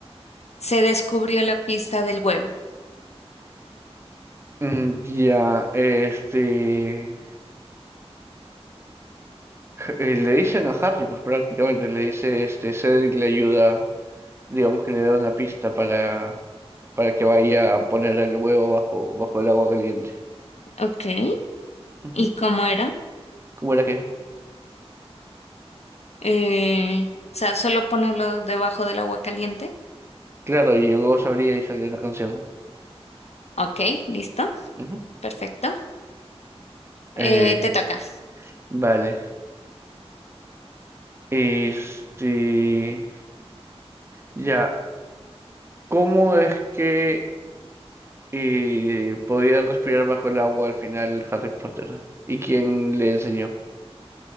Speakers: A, on the left; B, on the right.
A: se descubrió la pista del huevo?
B: Mm, Ya, este, eh, le dicen a Harry, pues prácticamente le dice, este, Cedric le ayuda, digamos que le da una pista para, para que vaya a poner el huevo bajo, bajo el agua caliente.
A: Ok.
B: Ujú.
A: ¿Y cómo era?
B: ¿Cómo era que?
A: Eh, o sea, solo ponerlo debajo del agua caliente.
B: Claro, llegó, sabría y salió la canción.
A: Ok, listo.
B: Ujú.
A: Perfecto.
B: Eh,
A: Eh, te toca.
B: vale, este, ya, ¿cómo es que eh, podía respirar bajo el agua al final Harry Potter? ¿Y quién le enseñó?